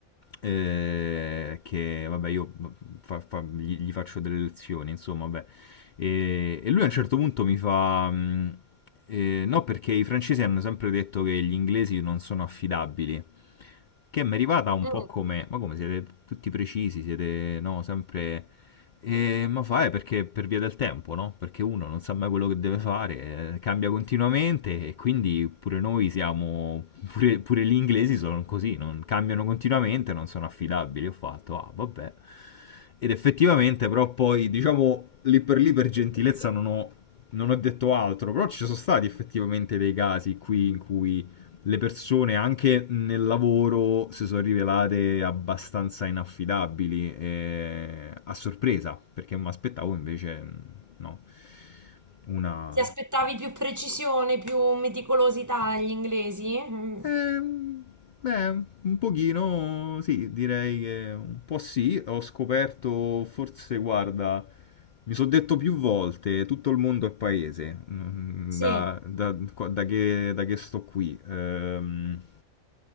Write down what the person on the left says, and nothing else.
eh, che, vabbè, io fa- fa- gli, gli faccio delle lezioni, insomma, vabbè. E, e lui a un certo punto mi fa... mm, eh, no, perché i francesi hanno sempre detto che gli inglesi non sono affidabili che mi è arrivata un
po' come, ma come siete tutti precisi, siete no, sempre... Eh, ma fa è perché per via del tempo, no? Perché uno non sa mai quello che deve fare, eh, cambia continuamente e quindi pure noi siamo, pure, pure gli inglesi sono così, non cambiano continuamente, non sono affidabili. Ho fatto, ah, vabbè. Ed effettivamente, però poi, diciamo, lì per lì per gentilezza non ho, non ho detto altro, però ci sono stati effettivamente dei casi qui in cui le persone anche nel lavoro si sono rivelate abbastanza inaffidabili eh, a sorpresa, perché mi aspettavo invece mh, no, una,
Ehm, beh, un pochino sì, direi che un po' sì. Ho scoperto, forse, guarda, mi sono detto più volte, tutto il mondo è paese, mm,
da, da- qua- da che, da che sto qui. Ehm,